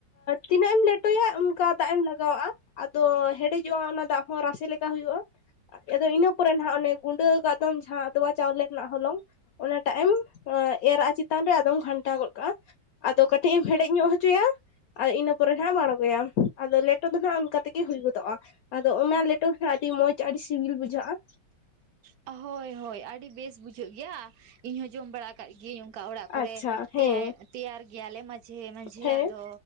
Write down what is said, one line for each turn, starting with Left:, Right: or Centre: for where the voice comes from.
Left: ᱛᱤᱱᱟᱹᱜ ᱮᱢ ᱞᱮᱴᱚᱭᱟ ᱚᱱᱠᱟ ᱫᱟᱜ ᱮᱢ ᱞᱟᱜᱟᱣᱟᱜᱼᱟ᱾ ᱛᱚ ᱦᱮᱰᱮᱡᱚᱜᱼᱟ ᱚᱱᱟ ᱫᱟᱜ ᱦᱚᱸ ᱨᱟᱥᱮ ᱞᱮᱠᱟ ᱦᱩᱭᱩᱜᱼᱟ, ᱟᱫᱚ ᱤᱱᱟᱹ ᱯᱚᱨᱮ ᱱᱟᱦᱟᱜ ᱚᱱᱮ ᱜᱩᱸᱰᱟᱹ ᱟᱠᱟᱫ ᱫᱚᱢ ᱡᱟᱦᱟᱸ ᱟᱫᱣᱟ ᱪᱟᱣᱞᱮ ᱨᱮᱱᱟᱜ ᱦᱚᱞᱚᱝ ᱚᱱᱟᱴᱟᱜ ᱮᱢ ᱮᱨᱟᱜ-ᱟ ᱪᱮᱛᱟᱱ ᱨᱮ ᱟᱫᱚᱢ ᱜᱷᱟᱱᱴᱟ ᱜᱚᱫ ᱠᱟᱜᱼᱟ ᱟᱫᱚ ᱠᱟᱹᱴᱤᱡ ᱮᱢ ᱦᱮᱰᱮᱡ ᱧᱚᱜ ᱦᱚᱪᱚᱭᱟ ᱟᱨ ᱤᱱᱟᱹ ᱯᱚᱨᱮ ᱦᱟᱸᱜ ᱮᱢ ᱟᱬᱜᱚᱭᱟᱢ ᱟᱫᱚ ᱞᱮᱴᱚ ᱫᱚ ᱱᱟᱜ ᱚᱱᱠᱟ ᱛᱮ ᱜᱮ ᱦᱩᱭ ᱜᱚᱫᱚᱜᱼᱟ᱾ᱟᱫᱚ ᱚᱱᱟ ᱞᱮᱴᱚ ᱜᱮ ᱦᱟᱸᱜ ᱟᱹᱰᱤ ᱢᱚᱸᱡᱽ ᱟᱹᱰᱤ ᱥᱤᱵᱤᱞ ᱵᱩᱡᱷᱟᱹᱜᱼᱟ᱾
Right: ᱦᱳᱭ ᱦᱳᱭ ᱟᱹᱰᱤ ᱵᱮᱥ ᱵᱩᱡᱷᱟᱹᱜ ᱜᱮᱭᱟ᱾ ᱤᱧ ᱦᱚ ᱡᱚᱢ ᱵᱟᱲᱟ ᱟᱠᱟᱫ ᱜᱤᱭᱟᱹᱧ ᱚᱱᱠᱟ ᱚᱲᱟᱜ ᱠᱚᱨᱮ
Left: ᱟᱪᱪᱷᱟ ᱦᱮᱸ
Right: ᱛᱮᱭᱟᱨ ᱜᱮᱭᱟ ᱞᱮ ᱢᱟᱡᱮ ᱢᱟᱡᱷᱮ ᱢᱟᱡᱷᱮᱟᱜ
Left: ᱦᱮᱸ
Right: ᱫᱚ